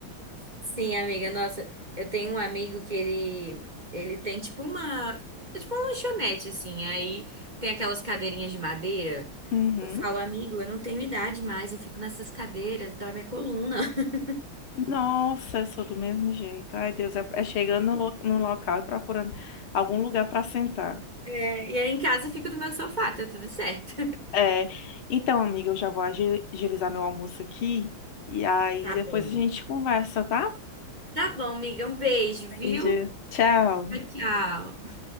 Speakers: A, on the right; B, on the left.
A: Sim, amiga, nossa, eu tenho um amigo que ele ele tem tipo uma, é tipo uma lanchonete assim, aí tem aquelas cadeirinhas de madeira.
B: Uhum.
A: Eu falo, amigo, eu não tenho idade mais, eu fico nessas cadeiras, dói minha coluna. <laughs>
B: Nossa, eu sou do mesmo jeito. Ai, Deus, é, é chegando no, lo- no local e procurando algum lugar para sentar.
A: É, e aí em casa eu fico no meu sofá, tá tudo certo.
B: É, então, amiga, eu já vou agi- agilizar meu almoço aqui e aí
A: Tá
B: depois
A: bom.
B: a gente conversa, tá?
A: Tá bom, amiga, um beijo,
B: Beijo.
A: viu?
B: Tchau.
A: Tchau. tchau.